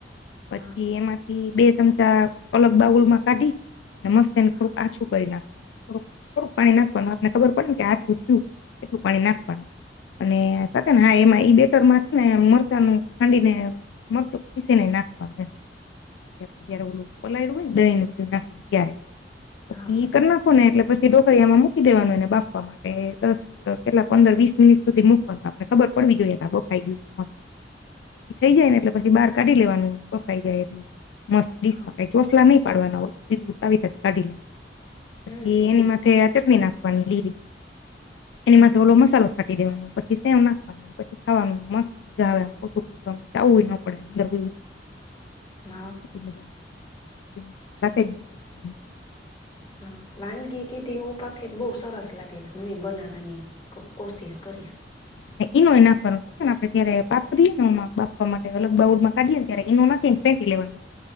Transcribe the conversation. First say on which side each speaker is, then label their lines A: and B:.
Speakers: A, on the left; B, on the left.
A: પછી
B: હા
A: એમાંથી બે ચમચા અલગ બાઉલ માં કાઢી અને મસ્ત એને થોડું
B: હા
A: કછું કરી નાખવાનું થોડુંક થોડુંક પાણી નાખવાનું આપને ખબર પડે ને કે આછું થયું એટલું પાણી નાખવાનું અને સાચન હા એમાં ઈ બે રમાં છે ને મરચાં નું ખાંડી ને મરચું પીસી ને નાખવાનું આપડે જયારે ઓલું પલાયડું હોય ને દહી ને બધું નાખીને ત્યારે પછી
B: હા હા
A: એ કરી નાખો ને એટલે પછી ઢોકળિયામાં મૂકી દેવાનુંને બાફવા માટે દસ કેટલા પંદર વીસ મિનિટ સુધી મૂકવાનું આપણે ખબર પડવી જોઈએ બો ખાઈ ગય મસ્ત થઈ જાય ને એટલે પછી બહાર કાઢીેવાનું બફાઈ જાય એટલે મતિશમાં
B: હા
A: કઈ ચોસલા નઈ ડવાીું તી કાઢી લેવાનું
B: હમ
A: પછી
B: હમ
A: એનીથે આ ચટ નાખ લી એનીમાં
B: હા
A: થોડો મસાલો છાંટી દેવાનો પછી સેમ નાખવાની પછીાવાની મસ્ત મજા આવે એમ પોછુંવાનું ચાવું ન પડે અંદર હ
B: હા
A: મજા <unintelligible> એગ બનાવ્યુંતુ
B: હા વાનગી કે તેવ પ થ બહુ સરસ લાગે છે હું એ બનાવવાની કોશિશ કરીશ
A: હમ ઈનો એ નાખવાનો છે ને આપણે જયારે પાથરીએ નેમાં બાફવા અલગ બાઉડમાં કાઢીએને ત્યારે ઈનો ન નાખી ને ફેંટી લેવાનો